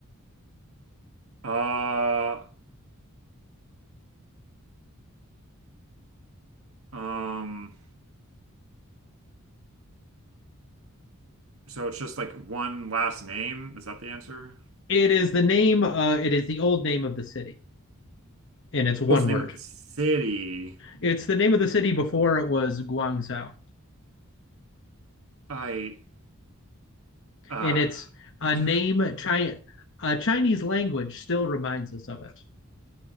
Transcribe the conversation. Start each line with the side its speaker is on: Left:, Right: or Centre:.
Right: Uh, um, so it's just like one last name. Is that the answer?
Left: It is the name, uh, it is the old name of the city, and it's one
Right: Oh, it's the
Left: word.
Right: name of the city.
Left: It's the name of the city before it was Guangzhou,
Right: I Uh,
Left: and it's a
Right: <laughs>
Left: name Chi- uh, Chinese language still reminds us of it.